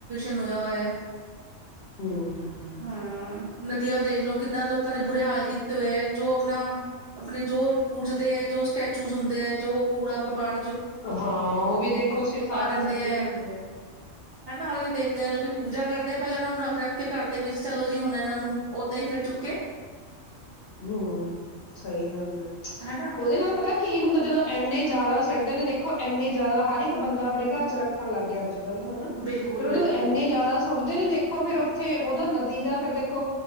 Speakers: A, on the right (about 55°); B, on the left (about 55°).
A: ਨ ਹੋਇਆ ਹੋਇਆ
B: ਹਮ
A: ਹਾਂ ਨਦੀਆਂ ਦੇਖਲੋ ਕਿੱਦਾਂ ਲੋਕਾਂ ਨੇ ਬੁਰੇ ਹਾਲ ਕੀਤੇ ਹੋਏ ਹੈ ਜੋ ਆਪਣਾ ਆਪਣੇ ਜੋ ਪੂਜਦੇ ਹੈ ਜੋ ਸਟੈਚੂਜ ਹੁੰਦੇ ਹੈ ਜੋ ਕੂੜਾ ਕਬੜ
B: ਹਾਂ ਉਹ ਵੀ ਦੇਖੋ ਅਸੀਂ ਸਾਰਾ
A: ਦਿੰਦੇ
B: ਸਿੱਟ
A: ਹੈ
B: ਹੀ ਆਉਂਦੇ ਆ
A: ਹਨਾ ਉਹ ਦੇਖਦੇ ਆ ਲੋਕੀ ਪੂਜਾ ਕਰਦੇ ਪਹਿਲਾਂ ਉਹਨਾਂ ਨੂੰ ਰੱਖ ਰੱਖ ਕੇ ਘਰ ਦੇ ਵਿੱਚ ਚਲੋ ਜੀ ਹੁਣ ਇਹਨਾਂ ਨੂੰ ਓਦਾਂ ਹੀ ਫਿਰ ਚੁੱਕੇ
B: ਹਮ ਸਹੀ ਗੱਲ ਹੈ
A: ਹਨਾ
B: ਉਹਦੇ ਨਾਲ ਪਤਾ ਕੀ ਹੁੰਦਾ ਜਦੋਂ ਇੰਨੇ ਜ਼ਿਆਦਾ ਸਟਦੇ ਨੇ ਦੇਖੋ ਇੰਨੇ ਜ਼ਿਆਦਾ ਹਰ ਇੱਕ ਬੰਦਾ ਆਪਣੇ ਘਰ ਚ ਰੱਖਣ ਲੱਗ ਗਿਆ ਅੱਜ ਗੱਲ ਹਨਾ
A: ਬਿਲਕੁਲ
B: ਫਿਰ ਉਹ ਜਦੋਂ
A: ਬਿਲਕੁਲ
B: ਇੰਨੇ ਜ਼ਿਆਦਾ ਸੁੱਟਦੇ ਨੇ ਦੇਖੋ ਫੇਿਰ ਉੱਥੇ ਉਹਦਾ ਨਦੀ ਦਾ ਫੇਿਰ ਦੇਖੋ